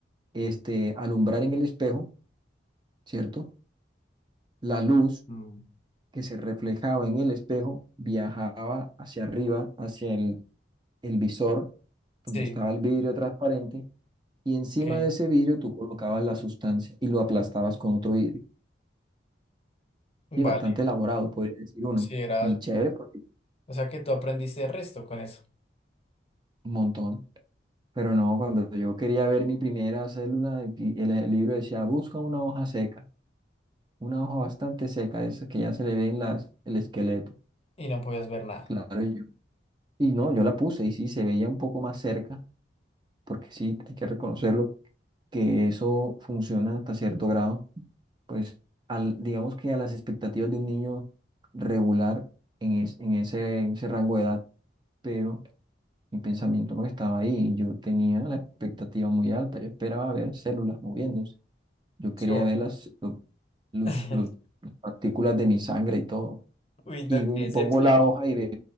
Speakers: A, on the right (about 25°); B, on the left (about 30°).
A: este, alumbrar en el espejo, ¿cierto? La luz
B: Mm.
A: que se reflejaba en el espejo viajaba hacia arriba, hacia el, el visor,
B: Sí,
A: donde estaba el vidrio transparente, y encima
B: ok,
A: de ese vidrio tú colocabas la sustancia y lo aplastabas con otro vidrio.
B: vale.
A: Sí, bastante elaborado, podría decir uno.
B: Sí, era,
A: Y chévere, porque
B: o sea que tú aprendiste el resto con eso
A: un montón. Pero no, cuando yo quería ver mi primera célula, y el, el libro decía, busca una hoja seca, una hoja bastante seca, de esas que ya se le ven las, el esqueleto.
B: y no podías ver nada.
A: Claro, y, yo- y no, yo la puse y sí, se veía un poco más cerca, porque sí, hay que reconocerlo, que eso funciona hasta cierto grado. Pues al, digamos que a las expectativas de un niño regular en, es- en ese, en ese rango de edad, pero Mi pensamiento no estaba ahí. Yo tenía la expectativa muy alta. Yo esperaba ver células moviéndose. Yo
B: Sí,
A: quería
B: obvio.
A: ver las, lo- los,
B: <laughs>
A: los- las partículas de mi sangre y todo.
B: Uy, no,
A: Y
B: qué excepción.
A: pongo la hoja y veo